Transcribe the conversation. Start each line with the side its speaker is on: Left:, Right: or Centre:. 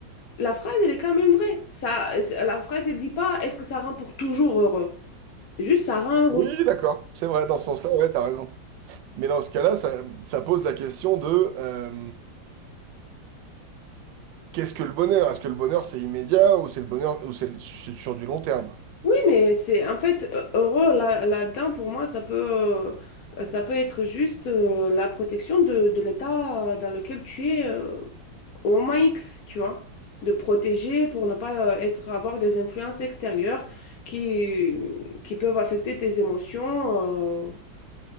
Left: la phrase, elle est quand même vraie. Ça, la phrase, elle dit pas, est-ce que ça rend pour toujours heureux? Juste, ça rend heureux.
Right: Oui, d'accord, c'est vrai, dans ce sens-là, ouais, t'as raison. Mais dans ce cas-là, ça, ça pose la question de euh, qu'est-ce que le bonheur? Est-ce que le bonheur c'est immédiat ou c'est le bonheur ou c'est c'est sur du long terme?
Left: Oui, mais c'est en fait euh, heureux là, là-dedans pour moi ça peut euh, ça peut être juste euh, la protection de, de l'état euh, dans lequel tu es euh, au moment X, tu vois, de protéger pour ne pas euh, être avoir des influences extérieures qui qui peuvent affecter tes émotions euh,